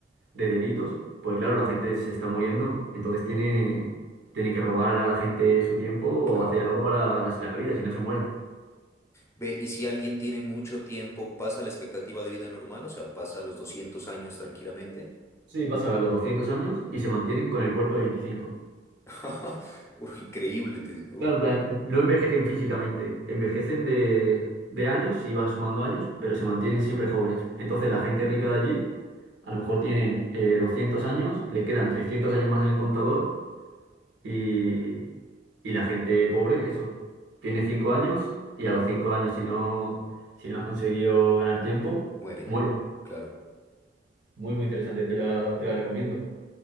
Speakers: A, on the right; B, on the left.
A: de delitos, pues claro, la gente se está muriendo, entonces tiene, tiene que robar a la gente su tiempo o
B: claro.
A: hacer algo para ganarse la vida, si no se mueren.
B: Ve, y si alguien tiene mucho tiempo, ¿pasa la expectativa de vida normal? O sea, ¿pasa los 200 años tranquilamente?
A: Sí, Pasa los 200 años y se mantienen con el cuerpo de 25.
B: <laughs> Uf, increíble, te- uh,
A: Claro, en plan, no envejecen físicamente, envejecen de, de años y van sumando años, pero se mantienen siempre jóvenes. Entonces la gente rica de allí, a lo mejor tienen eh, 200 años, le quedan 300 años más en el contador Y, y la gente pobre, eso, tiene cinco años y a los cinco años si no, si no has conseguido ganar tiempo,
B: muere,
A: muere.
B: claro.
A: Muy, muy interesante, te la, te la recomiendo.